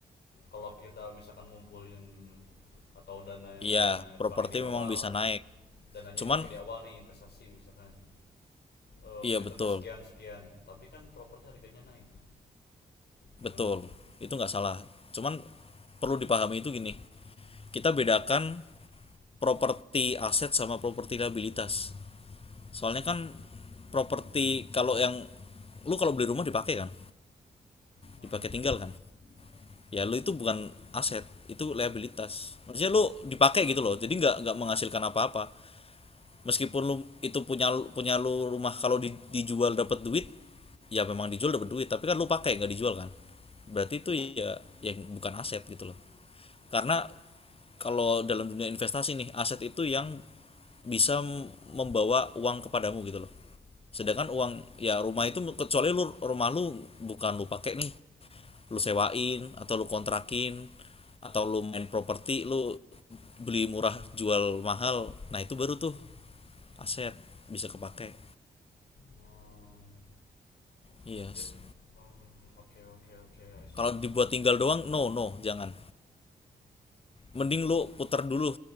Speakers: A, on the left (about 65°); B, on the left (about 30°).
A: kalau kita misalkan ngumpulin atau dananya
B: iya properti
A: dipakai di awal
B: memang bisa naik
A: dananya
B: cuman
A: dipakai di awal nih investasi misalkan eh
B: iya
A: returnnya
B: betul
A: sekian sekian tapi kan propornya harganya naik gimana
B: betul
A: tuh
B: itu nggak salah cuman perlu dipahami itu gini kita bedakan properti aset sama properti liabilitas soalnya kan properti kalau yang lu kalau beli rumah dipakai kan
A: hmm.
B: dipakai tinggal kan ya lu itu bukan aset itu liabilitas maksudnya lu dipakai gitu loh jadi nggak nggak menghasilkan apa-apa meskipun lu itu punya punya lu rumah kalau di- dijual dapat duit ya memang dijual dapat duit tapi kan lu pakai nggak dijual kan berarti itu ya yang bukan aset gitu loh karena kalau dalam dunia investasi nih aset itu yang bisa membawa uang kepadamu gitu loh sedangkan uang ya rumah itu kecuali lu rumah lu bukan lu pakai nih lu sewain atau lu kontrakin atau lu main properti lu beli murah jual mahal nah itu baru tuh aset bisa kepake
A: Hmm.
B: yes
A: Ja- um, oke oke oke I see
B: kalau dibuat tinggal doang no no jangan mending
A: Hmm,
B: lu puter dulu